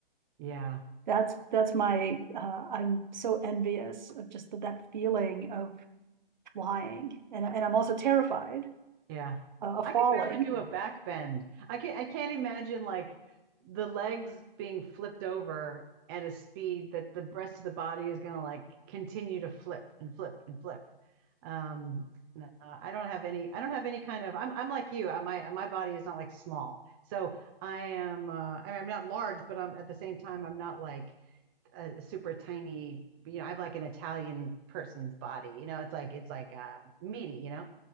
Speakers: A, on the right; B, on the right.
A: Yeah.
B: That's that's my uh, I'm so envious of just the, that feeling of flying, and and I'm also terrified
A: Yeah.
B: uh, falling.
A: I could barely do a back bend. I can I can't imagine like the legs being flipped over at a speed that the rest of the body is gonna like continue to flip and flip and flip. Um, no, I don't have any I don't have any kind of I'm I'm like you. I, my my body is not like small. So I am uh, I mean, I'm not large, but I'm at the same time I'm not like a super tiny, you know, I have like an Italian person's body. You know, it's like it's like uh meaty, you know.